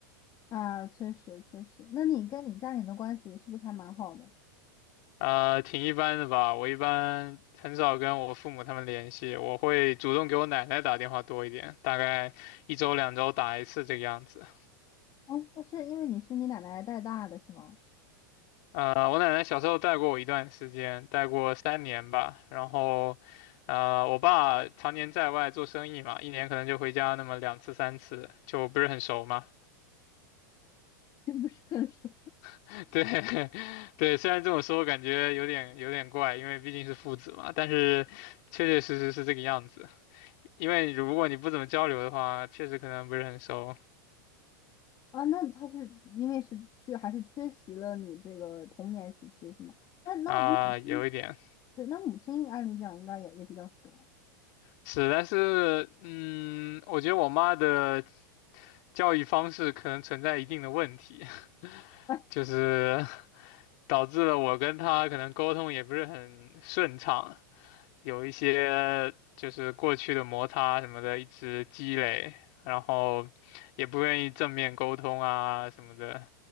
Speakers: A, on the left (about 35°); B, on the left (about 55°).
A: 啊，确实确实。那你跟你家人的关系是不是还蛮好的？
B: 呃，挺一般的吧。我一般很少跟我父母他们联系，我会主动给我奶奶打电话多一点，大概一周两周打一次这个样子。
A: 哎，那是因为你是你奶奶带大的是吗？
B: 呃，我奶奶小时候带过我一段时间，带过三年吧。然后，呃，我爸常年在外做生意嘛，一年可能就回家那么两次三次，就不是很熟嘛。
A: 这不是很熟
B: <laughs> 对，<laughs> 对，虽然这么说感觉有点有点怪，因为毕竟是父子嘛，但是确确实实是这个样子。因为如果你不怎么交流的话，确实可能不是很熟
A: 啊？那他是因为是缺还是缺席了你这个童年时期是吗？那那母亲
B: 啊，有一点
A: 对，那母亲按理讲应该也也比较熟
B: 是，但是嗯，我觉得我妈的教育方式可能存在一定的问题。
A: 啊。
B: 就是 <laughs> 导致了我跟他可能沟通也不是很顺畅，有一些就是过去的摩擦什么的一直积累，然后也不愿意正面沟通啊什么的。